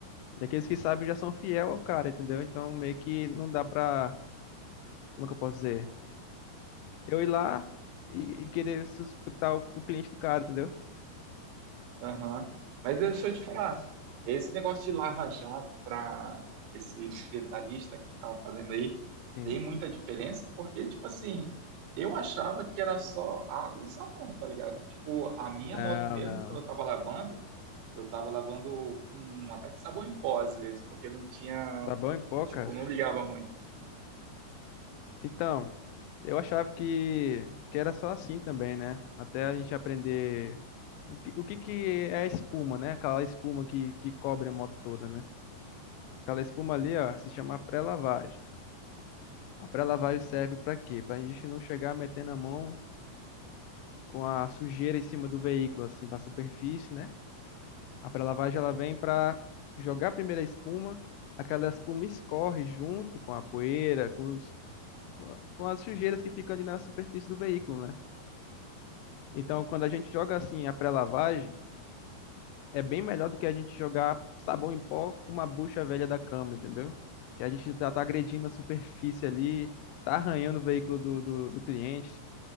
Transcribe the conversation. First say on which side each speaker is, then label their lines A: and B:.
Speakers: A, on the left; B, on the right.
A: E aqueles que sabem já são fiel ao cara, entendeu? Então meio que não dá pra, como é que eu posso dizer? Eu ir lá e, e querer suspeitar o, o cliente do cara, entendeu?
B: Aham. Mas deixa eu te falar, esse negócio de lava-jato para esse detalhista que tu tava fazendo aí,
A: Sim.
B: tem muita diferença, porque, tipo assim, eu achava que era só água e sabão, tá ligado? Tipo, a minha
A: Não,
B: moto mesmo,
A: não.
B: quando eu tava lavando, eu tava lavando com até com sabão em pó, às vezes, porque não tinha.
A: Tá bom em pó, cara.
B: Tipo, não ligava muito.
A: Então. Eu achava que, que era só assim também, né? Até a gente aprender o que, o que que é a espuma, né? Aquela espuma que, que cobre a moto toda, né? Aquela espuma ali, ó, se chama pré-lavagem. A pré-lavagem serve para quê? Para a gente não chegar metendo a mão com a sujeira em cima do veículo, assim, para a superfície, né? A pré-lavagem ela vem para jogar primeiro a espuma, aquela espuma escorre junto com a poeira, com os, com a- com as sujeiras que ficam ali na superfície do veículo, né? Então, quando a gente joga assim a pré-lavagem, é bem melhor do que a gente jogar sabão em pó com uma bucha velha da cama, entendeu? Que a gente tá, tá agredindo a superfície ali, tá arranhando o veículo do, do, do cliente.